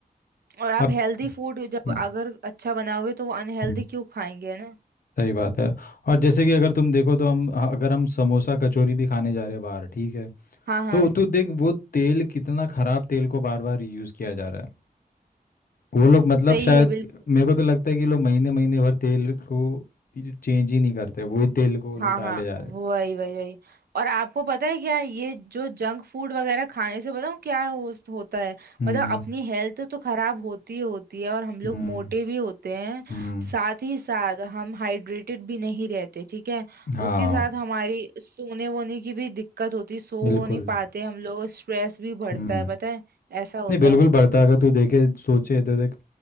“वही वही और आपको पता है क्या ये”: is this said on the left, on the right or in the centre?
Right